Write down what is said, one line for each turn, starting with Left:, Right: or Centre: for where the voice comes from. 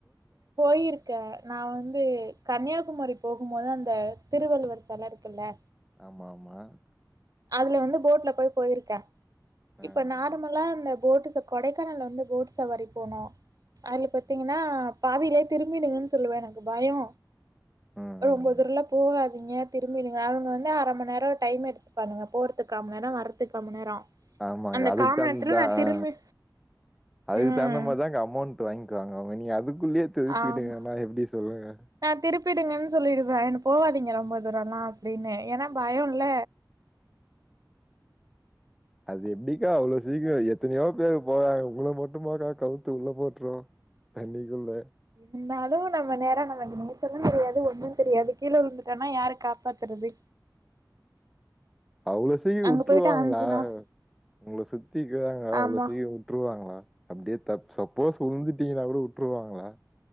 Right: போயிருக்கேன் நான் வந்து கன்னியாகுமரி போகும்போது அந்த திருவள்ளுவர் சில இருக்குல்ல
Centre: ஆமா ஆமா
Right: அதுல வந்து போட்ல போய் போயிருக்கே
Centre: ஆ
Right: இப்ப
Centre: ஆ.
Right: நார்மலா அந்த போட்டு சப் கொடைக்கானல்ல வந்து போட் சவாரி போனோ அதுல பாத்திங்கன்னா பாதீல்யே திரும்பிடுங்கன் சொல்லுவே எனக்கு பயோ
Centre: ம்
Right: ரொம்போ
Centre: ம்
Right: தூரல போகாதிங்க திரும்பிடுங்க அவுங்க வந்து அர மண் நேரோ டைம் எடுத்து பண்ணுவ போறதுக்கு கா ம நேரோ வரதுக் கா மண் நேரோ
Centre: ஆமாகா
Right: அந்த
Centre: அதுக்
Right: கா மண்
Centre: தகுந்துதா
Right: நேரத்துல நா
Centre: ஆ
Right: திரும்பி
Centre: அதுக்கு
Right: ம்
Centre: தகுந்த மார் தாங்க அமௌண்ட்டு வாய்ன்க்குவாங்க அவுங்க நீ அதுக்குள்ளயே திருப்பிடுங்கனா
Right: ஆமா
Centre: எப்டி சொல்லுங்க
Right: நா திருப்பிடுங்கன் சொல்லிடுவே எனக் போவாதீங்க ரொம்ப தூரம் லா அப்டீன்னு ஏன்னா பயோ ல்ல
Centre: அது எப்டிக்கா அவ்ளோ சீக்கிரோ எத்தினியோ <unintelligible> போராங்க உங்கள மட்டும்மாக்கா கவுத்து உள்ள போட்ருவா தண்ணிக்குள்ள
Right: இருந்தாலு நம்ம நேரோ நமக்கு நீச்சலு தெரியாது ஒண்ணு தெரியாது கீழே விழுந்துட்டன்னா யாரு காப்பாத்துறது
Centre: அவ்ளோ <unintelligible> வுட்ருவாங்களா
Right: அங்க போயிட்டு அஞ்சு நாள்
Centre: உங்கள சுத்திக்குதாங்கா அவ்ளோ
Right: ஆமா
Centre: <unintelligible> வுட்ருவாங்களா அப்டியே தப் சசப் போஸ் உழுந்துட்டீங்னாகூட உட்ருவாங்களா